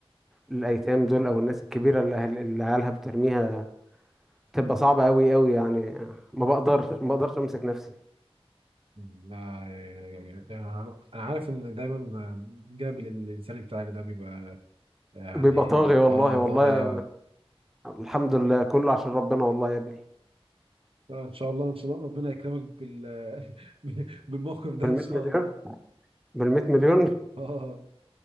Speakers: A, in the centre; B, on the right.
A: الايتام دول او الناس الكبيره اللي أهل- اللي عيالها بترميها تبقى صعبه قوي قوي يعني ما بقدرش ما بقدرش امسك نفسي
B: مم، لا يعني يعني، يعني، انا عارف ان دايما جانب الانساني بتاعك ده بيبقى يعني
A: بيبقى طاغي
B: اه
A: والله والله
B: طاغي قوي
A: الحمد لله كله عشان ربنا والله يا ابني
B: آه، ان شاء الله ان شاء الله ربنا يكرمك بال <laughs> بالموقف ده
A: بال
B: ان
A: 100
B: شاء
A: مليون
B: الله
A: بال 100 مليون
B: اه